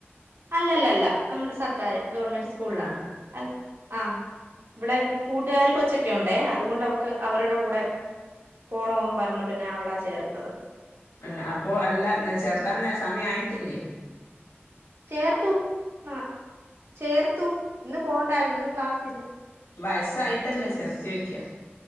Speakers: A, on the right (about 70°); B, on the left (about 85°).
A: അല്ലല്ലല്ല നമ്മടെ സർക്കാര് ഗവൺമെന്റ് സ്കൂൾലാ
B: ആഹ്
A: അ ആഹ് ഇവിടെ കൂ കൂട്ടുകാര് കൊച്ചക്കെ ഉണ്ടെ അതുകൊണ്ട് അവക്ക് അവരുടെ കൂടെ പോണോന്നും പറഞ്ഞപ്പിന്നെ അവിടാ ചേർത്തത്
B: എഹ് അപ്പൊ എല്ലാം ന് ചേർത്താന് സമയം ആയിട്ടില്ലേ
A: ചേർത്തു ആഹ് ചേർത്തു ഇന്ന് പോകണ്ടായിരുന്നു ഇന്ന് ക്ലാസില്ല
B: വയസ്സായിട്ടല്ലെ ചേർത്തേ ചോയ്ക്ക്യാ